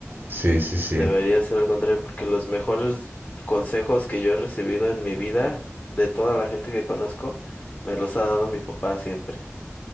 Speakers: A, on the right; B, on the left.
A: sí, sí, sí.
B: debería de ser al contrario, porque los mejores consejos que yo he recibido en mi vida, de toda la gente que conozco, me los ha dado mi papá siempre.